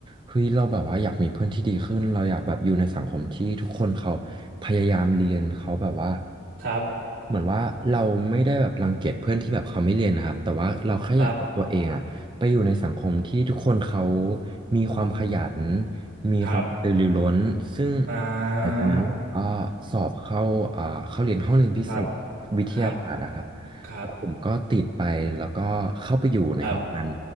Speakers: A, on the right; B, on the right.
A: เฮ้ยเราแบบว่าอยากมีเพื่อนที่ดีขึ้นเราอยากแบบอยู่ในสังคมที่ทุกคนเขาพยายามเรียนเขาแบบว่า
B: ครับ
A: เหมือนว่าเราไม่ได้แบบรังเกียจเพื่อนที่แบบเขาไม่เรียนนะครับแต่ว่าเราแค่อยากเอาตัวเองอะไปอยู่ในสังคมที่ทุกคนเขา
B: ครับ
A: มีความขยันมีความกระตือรือร้นซึ่ง
B: ครับอ่า
A: หลังจากนั้นผมก็สอบเข้าอ่าเข้าเรียนห้องเรียนพิเศษ
B: ครับ
A: วิทยาศาสตร์อะครับ
B: ครับครับ
A: แล้วผมก็ติดไปแล้วก็เข้าไปอยู่ในห้องนั้น
B: ครับ